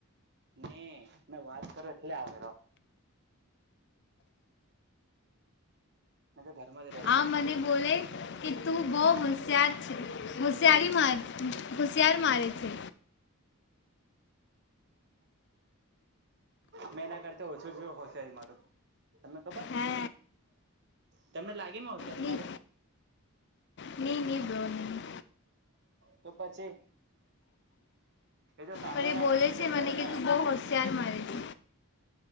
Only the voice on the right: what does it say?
નહી મેં વાત કરો એટલે આવેલો. તુ તો ઘરમાં જ રહે
હા
મેં એના કરતા ઓછું જો હોશિયારી મારું તમને ખબર
તમને લાગે હોશિયારી
માર
તો પછી તો સામે
વાળા
પર ડિપેન્ડ
કરે
ને